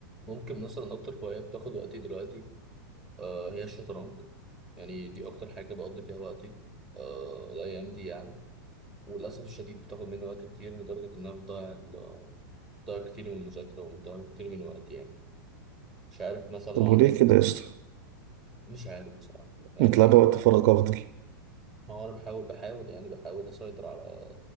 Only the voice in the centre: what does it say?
ممكن مثلا أكتر هواية بتاخد وقتي دلوقتي آه هي الشطرنج يعني دي أكتر حاجة بقضي فيها وقتي آه الأيام دي يعني وللأسف الشديد بتاخد مني وقت كتير لدرجة إنها بتضيع ال- بتضيع كتير من المذاكرة وبتضيع كتير من وقتي يعني مش عارف مثلا لو
عندك
مش عارف بصراحة يعني
ما هو أنا بحاول بحاول يعني بحاول أسيطر على